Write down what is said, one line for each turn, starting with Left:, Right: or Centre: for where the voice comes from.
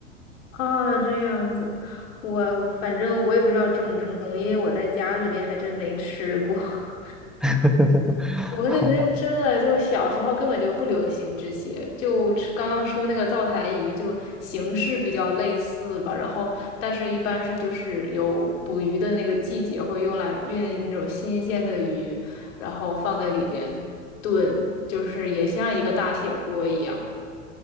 Left: 啊，这样子，我反正我也不知道正不正宗，因为我在家这边还真没吃过。<laughs>
Centre: <laughs>
Left: 我们那边真的就小时候根本就不流行这些，
Centre: 好吧。
Left: 就吃刚刚说那个灶台鱼，就形式比较类似吧。然后，但是一般是就是有捕鱼的那个季节会用来运那种新鲜的鱼，然后放在里边炖，就是也像一个大铁锅一样。